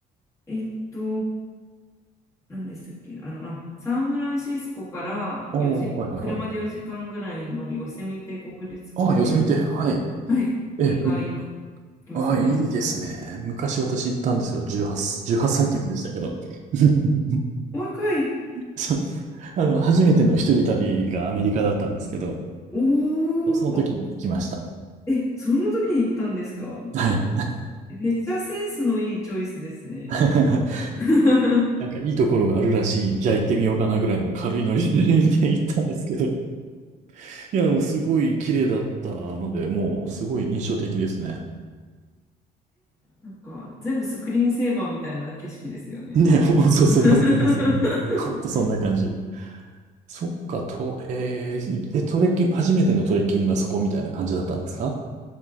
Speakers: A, on the left (about 15°); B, on the right (about 45°).
A: えっと、何でしたっけあの、あ、サンフランシスコから4時、
B: おー、はいはいはい。
A: 車で4時間ぐらいのヨセミテ国立公園に、
B: ああ、寄せみて、はい。
A: はい、
B: えー、
A: 2回
B: む、
A: 来ました。
B: ああ、
A: はい。
B: いいですね。昔私行ったんですよ。18、18歳の時でしたけど。<laughs>
A: お若い。
B: そう。あの、初めての一人旅がアメリカだったんですけど、
A: お
B: その時に行きました。
A: お。え、その時に行ったんですか
B: はい。
A: めっちゃセンスのいいチョイスですね。
B: <laughs>
A: <laughs>
B: なんかいいところがあるらしい。じゃあ行ってみようかなぐらいの軽いノリで <laughs> 行ったんですけど。いや、でもすごい綺麗だったので、もうすごい印象的ですね。
A: なんか全部スクリーンセーバーみたいな景色ですよね。
B: ね、<laughs> ほそうそう、
A: <laughs>
B: まさにまさに。ほんとそんな感じ。そっか、と、えー、で、トレッキング、初めてのトレッキングがそこみたいな感じだったんですか